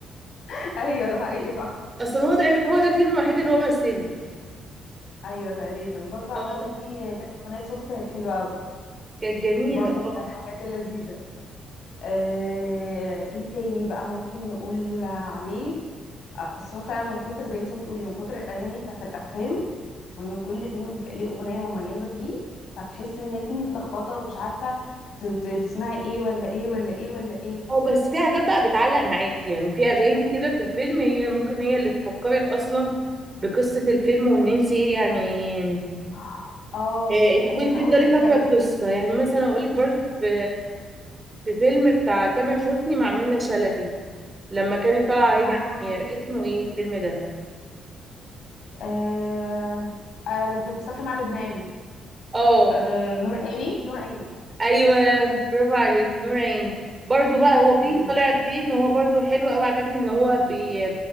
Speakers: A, on the left; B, on the right.
A: <laughs> ايوه ده حقيقي صح
B: اصل هو تقريبا هو ده الفيلم الوحيد اللي هو مثله
A: ايوه تقريبا برضو غنى
B: اه
A: فيه كانت اغنيه بصوته كانت حلوه قوي
B: كانت جميله
A: برضو من
B: اه
A: الحاجات اللذيذه آه، ايه تاني بقى ممكن نقول عليه اصلا فعلا من كتر زي انت بتقولي من كتر الاغاني بتاعت الافلام وان كل فيلم بيبقى ليه اغنيه مميزه بيه فتحس ان انت متلخبطه ومش عارفه ت- ت- تسمعي ايه ولا ايه ولا ايه ولا ايه
B: اه بس في حاجات بقى بتعلق معاكي يعني في اغاني كده في الفيلم هي ممكن هي اللي تفكرك اصلا بقصة الفيلم وان انت ايه يعني
A: <gasps> اه
B: آه، تكوني
A: يعني
B: تفضلي
A: اقول لك
B: فاكرة
A: انا
B: القصة يعني مثلا اقولك برضو في في فيلم بتاع تامر حسني مع منة شلبي لما كانت طالعة
A: اه,
B: هي هي اسمه ايه الفيلم ده
A: آه. آه. لما كانت مسافره مع لبنان
B: اه
A: آه. نور عيني نور عيني
B: ايوه برافو عليك نور عيني برضو بقى هو فيه
A: ايوه
B: طلع فيه ان هو برضو حلو قوي عجبني ان هو بي